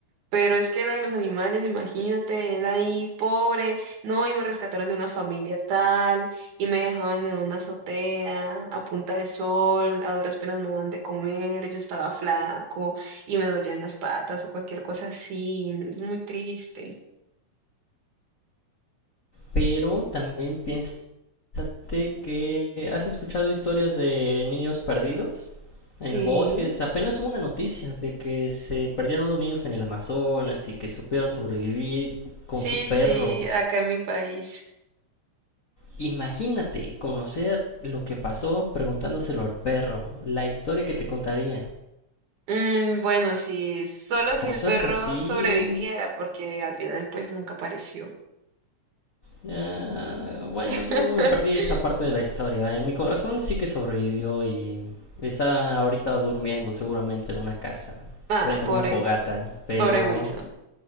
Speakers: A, on the right; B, on the left.
A: Pero es que la de los animales, imagínate, él ahí pobre, no, y me rescataron de una familia tal, y me dejaban en una azotea a punta de sol, a duras penas me daban de comer, yo estaba flaco y me dolían las patas o cualquier cosa así, es muy triste.
B: Pero también piénsate que has escuchado historias de niños perdidos
A: Sí.
B: en el bosque. Apenas hubo una noticia de que se perdieron unos niños en el Amazonas y que supieron sobrevivir con
A: Sí,
B: su perro.
A: sí, acá en mi país.
B: Imagínate conocer lo que pasó preguntándoselo al perro, la historia que te contaría.
A: Mm, bueno, sí, solo
B: Cosas
A: si el perro
B: así
A: sobreviviera, porque al final pues nunca apareció.
B: Ya, bueno,
A: <laughs>
B: yo me perdí esa parte de la historia. En mi corazón sí que sobrevivió y está ahorita durmiendo seguramente en una casa,
A: Nada,
B: frente
A: pobre,
B: a una fogata. Pero
A: pobre Wilson.